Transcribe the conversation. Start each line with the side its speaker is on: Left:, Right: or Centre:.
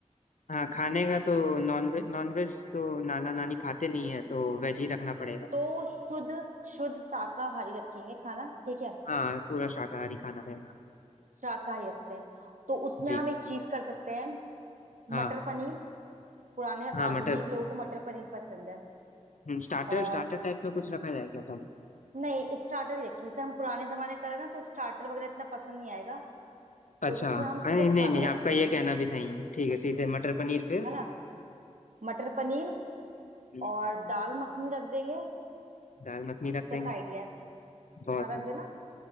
Left: हाँ खाने का तो नॉनवेज नॉनवेज तो नाना नानी खाते नहीं है तो वेज ही रखना पड़ेगा
Right: तो शुद्ध शुद्ध शाकाहारी रखेंगे खाना ठीक है
Left: हाँ पूरा शाकाहारी खाना रहेगा
Right: शाकाहारी रखते हैं तो उसमें
Left: जी
Right: हम एक चीज कर सकते हैं
Left: हाँ
Right: मटर पनीर पुराने
Left: हाँ
Right: आधुनिक
Left: मटर
Right: लोगों को मटर पनीर पसंद है
Left: स्टार्टर
Right: और
Left: स्टार्टर टाइप में कुछ रखा जाए क्या था
Right: नहीं स्टार्टर ही रखिए जैसे हम पुराने जमाने करें ना तो स्टार्टर वगैरह इतना पसंद नहीं आएगा
Left: अच्छा
Right: तो इसमें हम सीधे
Left: नहीं नहीं
Right: खाना
Left: नहीं आपका
Right: रखते
Left: ये
Right: हैं
Left: कहना
Right: है
Left: भी सही है ठीक है सीधे मटर पनीर फिर
Right: है ना मटर पनीर
Left: हम्म,
Right: और दाल मखनी रख देंगे
Left: दाल मखनी रख
Right: कैसा
Left: देंगे
Right: आइडिया है
Left: बहुत
Right: हाँ
Left: सही
Right: रख देना